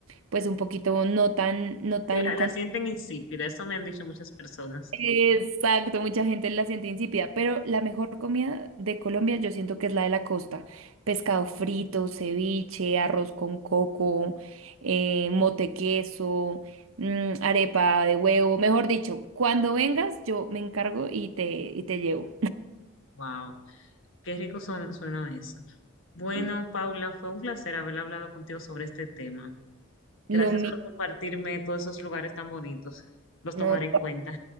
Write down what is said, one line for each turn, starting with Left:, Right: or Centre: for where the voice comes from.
Right: pues un poquito no tan, no tan
Left: Si La, la sienten insípida, eso me han dicho muchas personas.
Right: Exacto, mucha gente la siente insípida, pero la mejor comida de Colombia yo siento que es la de la costa. Pescado frito, ceviche, arroz con coco, eh, mote queso, mm, arepa de huevo, mejor dicho, cuando vengas yo me encargo y te, y te llevo.
Left: Wow, qué rico son- suena eso. Bueno,
Right: Sí,
Left: Paula, fue un placer haber hablado contigo sobre este tema.
Right: Lo
Left: Gracias
Right: mismo,
Left: por compartirme todos esos lugares tan bonitos. Los
Right: no,
Left: tomaré
Right: tú-
Left: en cuenta.